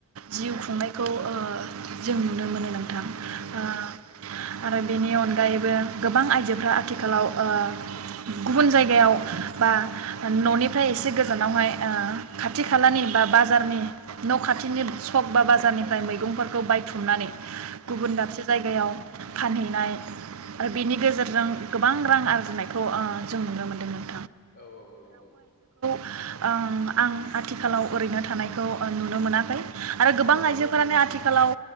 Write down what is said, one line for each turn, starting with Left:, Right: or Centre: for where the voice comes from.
Right: जिउ खुंनायखौ ओ जों नुनो मोनो नों थां
Left: औ
Right: ओ
Left: औ
Right: आरो बिनि अनगायै बो गोबां आइजोफ्रा आथिखालाव ओ गुबुन जायगायाव बा न'निफ्राय एसे गोजा गोजानावहाय खाथि खालानि बा बाजारनि न'खाथिनि सक बा बाजारनिफ्राय मैगंफोरखौ बायथुमनानै गुबुन दाबसे जायगायाव फानहैनाय ओ बेनि गेजेरजों गोबां रां आरजिनायखौ ओ जों नुनो मोन्दोंमोन।
Left: औ औ औ नंगौ।
Right: ओ आं आथिखालाव ओरैनो थानायखौ ओ नुनो मोनाखै आरो गोबां
Left: औ
Right: आइजोफोरानो आथिखालाव